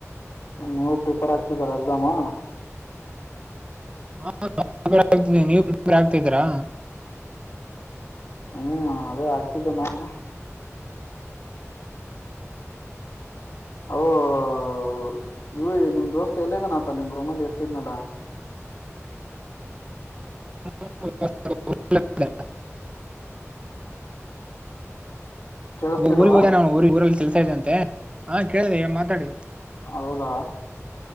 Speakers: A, on the left; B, on the right.
A: ನೀವು ಪೇಪರ್ ಆಗ್ತಿದ್ದರ ಎಕ್ಸಾಮಾ.
B: ಹಾಪ <unintelligible> ಆತ ನೀವು ಪ್ರಿಪೇರ್ ಆಗ್ತಿದರಾ.
A: ಹ್ಮ್ ಅದೇ ಹಾಕ್ತಿದ್ದಿದ್ದು ನಾನುನು. ಹೂ ಹೌ ಇವ ನಿಮ್ ದೋಸ್ತ್ ಎಲ್ಲದಾನ ಅತ ನಿಮ್ ರೂಮಲ್ಲಿ ಇರ್ತಿದ್ನಲ್ಲ.
B: <inaudible>
A: ಕೇಳಿಸತಿಲ್ವಾ
B: ಊರಿಗೆ ಹೋದ ನ ಊರಿಗೆ ಊರಲ್ಲಿ ತಿರುಗುತ ಇದ್ದ ಅಂತೆ ಹ ಕೇಳಿದೆ ಮಾತಾಡಿ.
A: ಹೌದಾ